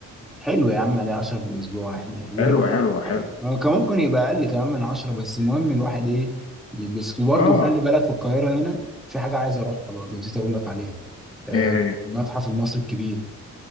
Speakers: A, in the centre; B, on the left.
A: حلو يا عم عليه 10 في الاسبوع احنا ولو
B: حلو حلو
A: اه
B: حلو
A: آه، كان ممكن يبقى اقل كمان من 10 بس المهم الواحد ايه يلبس وبرضه
B: اه
A: خلي بالك في القاهره هنا في حاجه عايز اروحها برضه نسيت اقول لك عليها آه،
B: ايه هي
A: المتحف المصري الكبير